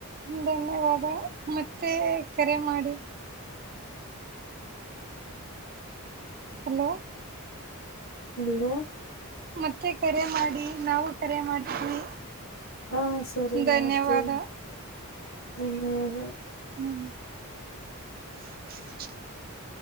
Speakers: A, on the right; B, on the left.
A: ಧನ್ಯವಾದ ಮತ್ತೆ ಕರೆ ಮಾಡಿ ಹಲೋ
B: ಹಲೋ
A: ಮತ್ತೆ ಕರೆ ಮಾಡಿ ನಾವು ಕರೆ ಮಾಡ್ತೀವಿ
B: ಹಾ ಸರಿ ನಡ್ತೇವಿ
A: ಧನ್ಯವಾದ
B: ನಿನ್ <unintelligible> ಗ
A: ಹ್ಮ್ ಹ